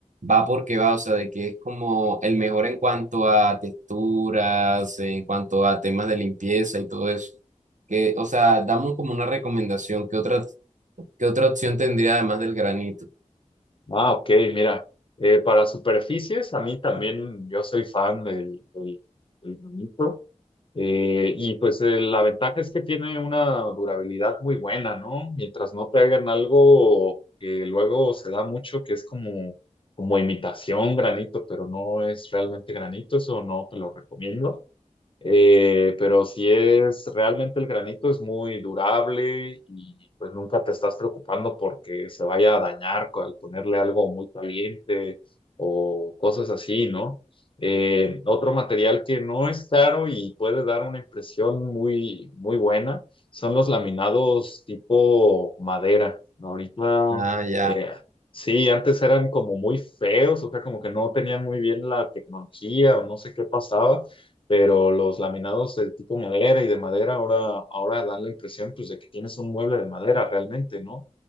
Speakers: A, on the right; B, on the left.
A: va porque va? O sea, de que es como el mejor en cuanto a texturas, en cuanto a temas de limpieza y todo eso. Que, o sea, dame como una recomendación, ¿qué otra, qué otra opción tendría además del granito?
B: Ah, ok, mira, eh, para superficies a mí también yo soy fan del, del, del granito. Eh, y pues eh, la ventaja es que tiene una durabilidad muy buena, ¿no? Mientras no te hagan algo que luego se da mucho, que es como, como imitación granito, pero no es realmente granito, eso no te lo recomiendo. Eh, pero si es realmente el granito es muy durable y pues nunca te estás preocupando porque se vaya a dañar co- al ponerle algo muy caliente o cosas así, ¿no? Eh, otro material que no es caro y puede dar una impresión muy, muy buena son los laminados tipo madera. Ahorita,
A: Ah, ya.
B: eh, sí, antes eran como muy feos, o sea, como que no tenían muy bien la tecnología o no sé qué pasaba pero los laminados de tipo madera y de madera ahora, ahora dan la impresión pues de que tienes un mueble de madera realmente, ¿no?